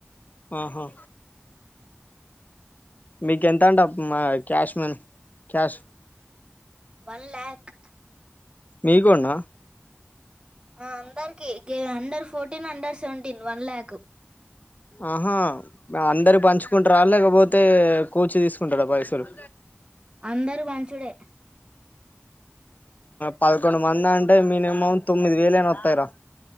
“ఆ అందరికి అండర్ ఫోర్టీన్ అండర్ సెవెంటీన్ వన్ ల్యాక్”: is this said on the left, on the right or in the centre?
Right